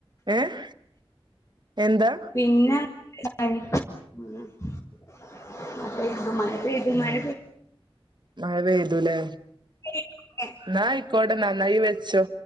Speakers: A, on the right; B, on the left.
A: ഏഹ് എന്താ
B: പിന്ന <unintelligible> പെയ്തു മഴ പെയ്തു
A: ഉം
B: മഴ
A: മഴ പെയ്തു ലെ
B: പെയ്തു
A: ന്നാ അയിക്കോട്ടെ ന്നന്നായി വെച്ചോ